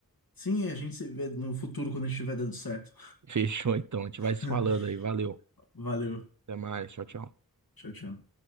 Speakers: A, on the left; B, on the right.
A: Sim, a gente se vê no futuro quando a gente estiver dando certo.
B: <laughs> Fechou, então. A gente
A: <laughs>
B: vai se falando aí. Valeu.
A: Valeu.
B: Até mais. Tchau, tchau.
A: Tchau, tchau.